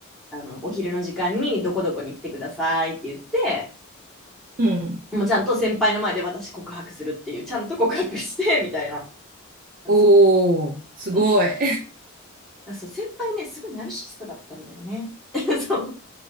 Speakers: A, in the centre; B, on the right.
A: あのお昼の時間にどこどこに来てくださいって言って
B: うん。
A: もうちゃんと先輩の前で私告白するっていうちゃんと告白して <laughs> みたいなだそ
B: おー、すごい。
A: うだそう先輩ねすごいナルシストだったんだよね <laughs> そう